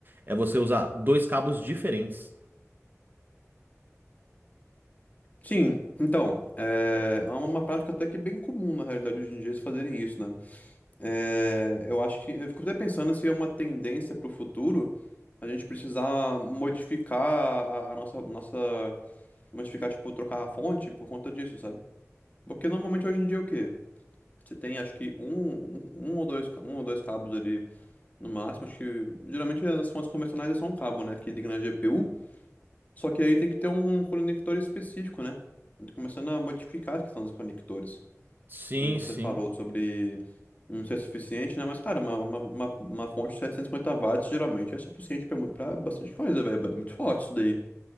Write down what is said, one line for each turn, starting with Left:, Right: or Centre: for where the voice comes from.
Right: é você usar dois cabos diferentes.
Left: Sim, então, é é uma prática até que bem comum na realidade hoje em dia eles fazerem isso, né? É, eu acho que, eu fico até pensando se é uma tendência para o futuro a gente precisar modificar a, a nossa, nossa, modificar, tipo, trocar a fonte por conta disso, sabe? Porque normalmente hoje em dia é o quê? Você tem, acho que, um, um, um ou dois, ca- um ou dois cabos ali no máximo, acho que, geralmente as fontes convencionais é só um cabo, né, que liga na GPU, Só que aí tem que ter um conector específico, né? Eu tô começando a modificar a questão dos conectores.
Right: Sim,
Left: Como você
Right: sim.
Left: falou sobre não ser suficiente, né? Mas, cara, uma, uma, uma, uma fonte de 750 watts geralmente é suficiente pra, mu- pra bastante coisa, velho. É muito forte isso daí.